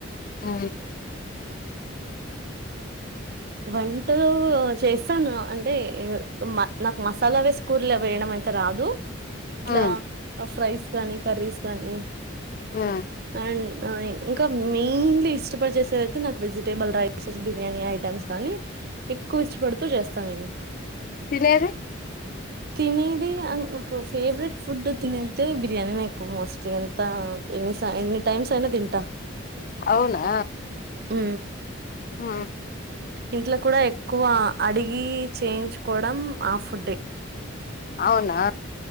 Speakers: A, on the left; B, on the right.
A: ఉ
B: వంటలు చేస్తాను అంటే నాకు మసాల వేసు కూర్ల వేయడం అయితే రాదు ఇట్లా
A: ఉమ్
B: ఫ్రైస్ కానీ కర్రీస్ గానీ
A: ఉమ్
B: అం ఇంకా మెయిన్లీ ఇష్టపడి చేసేది <unintelligible> నా వెజిటేబుల్ రైసెస్ బిర్యానీ ఐటెమ్స్ గాని ఎక్కువ ఇష్టపడుతూ చేస్తాను నేను
A: <unintelligible>
B: తినేది నాకు ఫేవరెట్ ఫుడ్ తినేది బిర్యానీ నాకు మోస్ట్లీ ఎ <unintelligible> ఎన్ని టైమ్స్ అయినా తింట
A: అవునా
B: ఉ
A: ఆ
B: ఇంట్లో కూడ ఎక్కువ అడిగి చేయించుకోడం ఆ ఫుడ్డే
A: అవునా